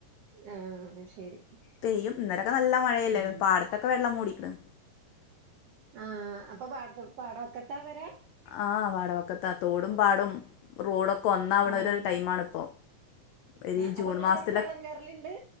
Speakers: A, on the right; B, on the left.
A: ആഹ് ശരി
B: പെയ്യും ഇന്നലൊക്കെ നല്ല മഴ എല്ലെ
A: ഉം
B: പാടത്തൊക്കെ വെള്ളം മൂടിക്ക്ണ
A: ആഹ അപ്പൊ പാട പാടം വക്കത്താ പെരാ
B: ആഹ് പാടവക്കത്താ തോടും പാടും റോഡൊക്കെ ഒന്നാവണ
A: ആഹ്
B: ഒരു ടൈമാണ് ഇപ്പോ ഒരു
A: ആഹ്
B: ജൂൺ
A: അപ്പൊ നിങ്ങള
B: മാസത്തിലെ
A: അവിടക്ക് വെള്ളം കേറലുണ്ട്